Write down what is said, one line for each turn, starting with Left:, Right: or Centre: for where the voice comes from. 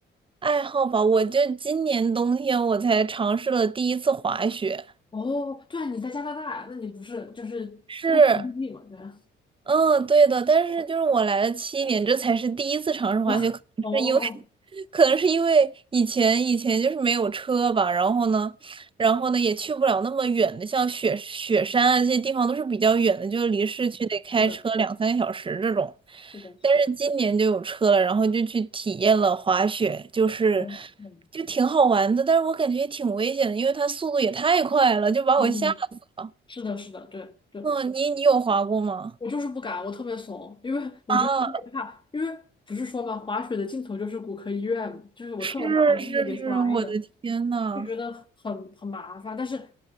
Right: 爱好吧，我就今年冬天我才尝试了第一次滑雪，
Left: 哦，对啊，你在加拿大，那你不是就是那是异地嘛？
Right: 是
Left: 对啊。
Right: 嗯，对的，但是就是我来了七年，这才是第一次尝试滑雪，
Left: <laughs> 哇，
Right: 可能是因为，
Left: 哦，
Right: <laughs> 可能是因为以前以前就是没有车吧，然后呢，然后呢也去不了那么远的，像雪雪山啊这些地方都是比较远的，就离市区得开车两三个小时这种。
Left: 是的，是的，是的，
Right: 但是今年就有车了，然后就去体验了滑雪，就是
Left: 嗯嗯，
Right: 就挺好玩的，但是我感觉也挺危险的，因为它速度也太快了，就把我吓死了。
Left: 哦，是的，是的，对对，
Right: 嗯，你你有滑过吗？
Left: 我就是不敢，我特别怂，因为我就是特别怕，
Right: 啊。
Left: 因为不是说嘛，滑雪的尽头就是骨科医院嘛就是我特别怕把自己给摔着。
Right: 是是是，我的天呐，
Left: 就觉得很很麻烦。但是，